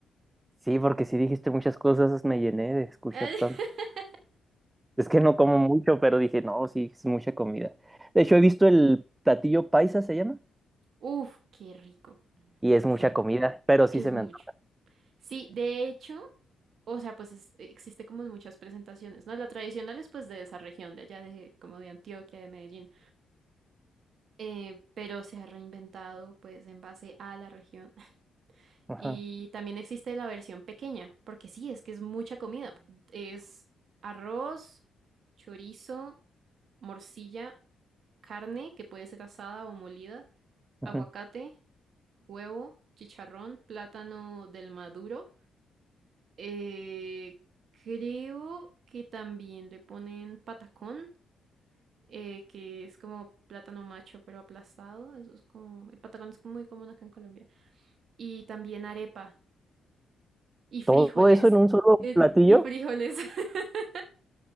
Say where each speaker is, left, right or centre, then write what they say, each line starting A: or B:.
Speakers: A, on the right; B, on the right.
A: Sí, porque si dijiste muchas cosas, me llené de escuchar
B: <laughs>
A: tanto. Es que no como mucho, pero dije, no, sí, es mucha comida. De hecho, he visto el platillo paisa, se llama,
B: Uf, qué rico.
A: y es
B: Sí,
A: mucha comida, pero sí
B: es
A: se
B: mucho.
A: me antoja.
B: Sí, de hecho, o sea, pues es- existe como en muchas presentaciones, ¿no? La tradicional es pues de esa región, de allá de como de Antioquia, de Medellín, eh, pero se ha reinventado pues en base a la región. <laughs>
A: Ajá,
B: Y también existe la versión pequeña, porque sí, es que es mucha comida. Es arroz, chorizo, morcilla, carne que puede ser asada o molida,
A: ujú.
B: aguacate, huevo, chicharrón, plátano del maduro Eh, creo que también le ponen patacón, eh, que es como plátano macho pero aplastado. Eso es como, el patacón es muy común acá en Colombia. Y también arepa y frijoles.
A: Todo eso en un solo
B: eh,
A: platillo,
B: y frijoles. <laughs>